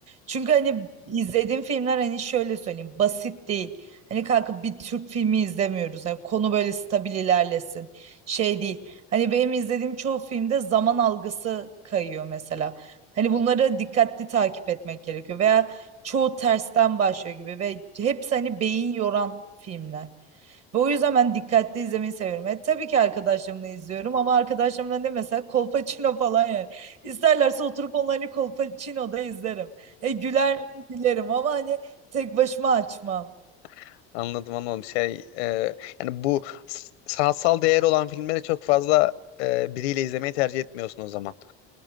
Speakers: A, on the right (about 50°); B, on the left (about 80°).
A: Çünkü hani izlediğim filmler hani şöyle söyleyeyim basit değil. Hani kalkıp bir Türk filmi izlemiyoruz. Hani konu böyle stabil ilerlesin. Şey değil. Hani benim izlediğim çoğu filmde zaman algısı kayıyor mesela. Hani bunlara dikkatli takip etmek gerekiyor. Veya çoğu tersten başlıyor gibi ve hepsi hani beyin yoran filmler. Ve o yüzden ben dikkatli izlemeyi seviyorum. E, tabii ki arkadaşlarımla izliyorum ama arkadaşlarımla ne mesela Kolpaçino falan yani. İsterlerse oturup onlarla Kolpaçino'da izlerim. E, güler miyim? Gülerim ama hani tek başıma açmam.
B: <laughs> Anladım anladım şey e, yani bu s- sanatsal değeri olan filmleri çok fazla e, biriyle izlemeyi tercih etmiyorsun o zaman.